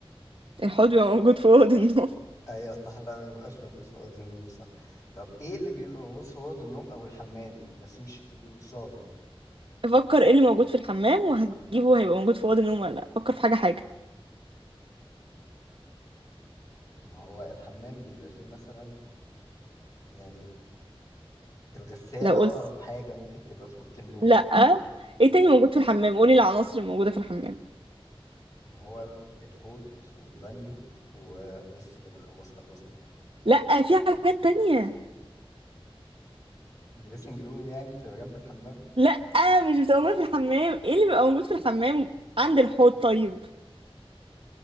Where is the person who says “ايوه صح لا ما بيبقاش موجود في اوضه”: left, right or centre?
Left